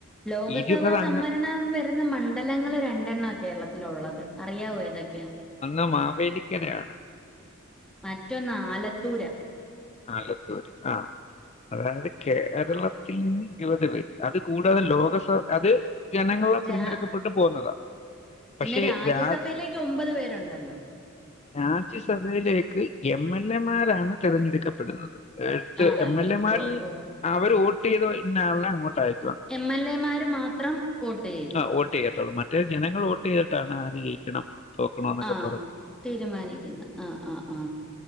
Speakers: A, in the centre; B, on the left.
A: ലോകസഭാ
B: ഇരുപത്
A: സംവരണം
B: അംഗ
A: വരുന്ന മണ്ഡലങ്ങൾ രണ്ടെണ്ണ കേരളത്തിലുള്ളത് അറിയാവോഏതക്കെ
B: അന്ന് മാവേലിക്കരയാണ്
A: മറ്റൊന്ന ആലത്തൂര
B: ആല്ലത്തൂര് ആഹ അതായത് കേരളത്തിൽ നിന്ന് ഇരുപത് പേര് അത് കൂടാതെ ലോകസഭ അത് ജനങ്ങളോ തിരഞ്ഞെടുക്കപ്പെട്ട്
A: രാ
B: പോന്നതാ
A: പിന്നെ
B: പക്ഷെ
A: രാജ്യസഭയിലേക്ക്
B: രാജ്
A: ഒമ്പത് പേരുണ്ടല്ലോ
B: രാജ്യസഭയിലേക്ക് എം എൻ മാരാണ് തിരഞ്ഞെടുക്ക പ്പെടുന്നത് അടുത്ത്
A: ആണല്ലേ
B: എം എൽ എമാരിൽ
A: ഓ ഓ
B: അവര് വോട്ട് ചെയ്ത നാളെ അങ്ങോട്ടായി
A: എം എൽ എമാര് മാത്രം വോട്ട് ചെയ്തു
B: ആ വോട്ട് മറ്റേ ജനങ്ങൾ വോട്ട് ചെയ്തിട്ടാണ് ആര് ജയിക്കണം തോക്കണമെന്നൊക്കെ
A: ആ
B: പറഞ്ഞത്
A: തീരുമാനിക്കുന്നു ആ ആ ആ